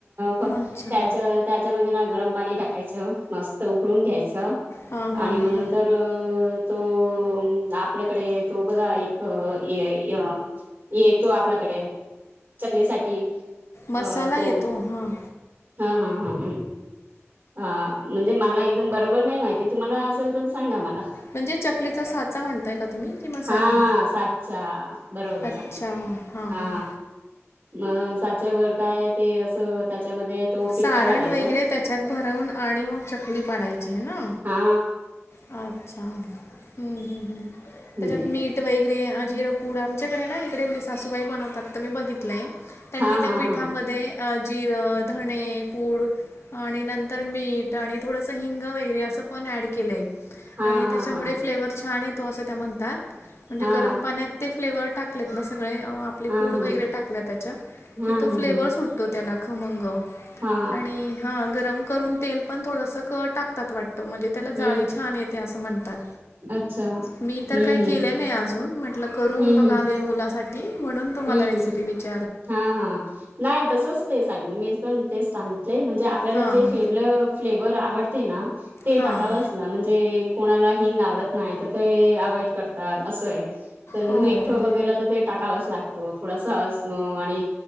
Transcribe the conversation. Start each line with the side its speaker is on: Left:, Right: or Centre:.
Right: फक्त
Left: अच्छा.
Right: त्याच्यात त्याच्यामध्ये ना गरम पाणी टाकायचं मस्त उकळून घ्यायचं
Left: हां हां
Right: आणि
Left: हां.
Right: मग नंतर अ तो. आपल्याकडे तो बघा एक ये ये येतो आपल्याकडे. चकलीसाठी अ
Left: मसाला
Right: तो
Left: येतो हां.
Right: हा हा हा ह. हा म्हणजे मला एकदम बरोबर नाही माहिती तुम्हाला असेल तर सांगा मला.
Left: म्हणजे चकलीचा साचा म्हणताय का तुम्ही की मसाला?
Right: हा साचा बरोबर
Left: अच्छा
Right: सांगते.
Left: हां
Right: हा
Left: हां.
Right: मग साच्यावर काय ते असं त्याच्यामध्ये. तो पिट्ट
Left: सारण
Right: घालायचा
Left: वगैरे त्याच्यात भरवून आणि मग चकली पाडायची आहे ना?
Right: हा.
Left: अच्छा. हम्म. हम्म. हम्म.
Right: हम्म
Left: तेच्यात मीठ वगेरा आ जिरे पूड आमच्याकडे ना, इकडे म्हणजे सासूबाई बनवतात तर मी बघितलंय. त्यांनी
Right: हा
Left: त्या
Right: हा
Left: पिठामध्ये
Right: हा
Left: अ जिरं, धणे पूड. आणि नंतर मीठ आणि थोडंसं हिंग वगैरे असं पण ॲड केलंय.
Right: हा
Left: आणि
Right: हा
Left: त्याच्यामुळे
Right: हा
Left: फ्लेवर छान येतो. असं त्या म्हणतात म्हणजे
Right: हा
Left: गरम पाण्यात. ते फ्लेवर टाकलेत ना सगळे, आपले
Right: हा हा
Left: पूड वगैरे
Right: हा
Left: टाकल्या त्याच्या
Right: हम्म
Left: की तो फ्लेवर
Right: हम्म
Left: सुट तो त्याला खमंग
Right: हा
Left: आणि हा गरम करून. तेल पण थोडंसं क टाकतात वाटतं, म्हणजे त्याला
Right: हम्म
Left: जाळी छान येते असं म्हणतात.
Right: अच्छा हम्म
Left: मी तर काही
Right: हम्म
Left: केले नाही अजून म्हटलं करून
Right: हम्म
Left: बघावे
Right: हम्म
Left: मुलासाठी म्हणून.
Right: हम्म
Left: तुम्हाला रेसिपी
Right: हम्म
Left: विच
Right: हा. हा. नाही तसच, ते सांगित मी पण तेच सांगितले म्हणजे आपल्याला
Left: हां
Right: जे फेवलं फ्लेवर आवडते ना ते
Left: हां
Right: टाकाव ला म्हणजे कोणाला हिंग आवडत नाही, तर ते अवॉइड कर तात असं आहे. तर
Left: हो
Right: मिठ वगैरे तर ते टाकावंच लाग थोडासा आजम आणि